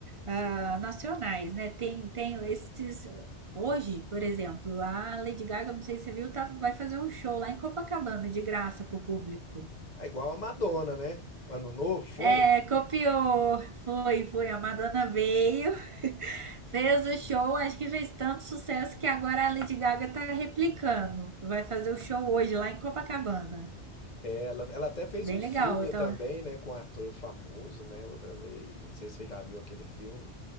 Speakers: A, on the right (about 35°); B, on the left (about 40°).
A: hã, nacionais, né, tem tem esses hoje, por exemplo, a Lady Gaga, não sei se você viu, tá vai fazer um show lá em Copacabana de graça para o público.
B: É igual a Madonna, né? Ano novo foi?
A: É, copiou. Foi, foi. A Madonna veio, <laughs> fez o show. Acho que fez tanto sucesso que agora a Lady Gaga tá replicando. Vai fazer o show hoje lá em Copacabana.
B: Ela, ela até fez
A: Bem
B: um
A: legal.
B: filme
A: Então,
B: também, né, com um ator famoso, né, outra vez. Não sei se você já viu aquele filme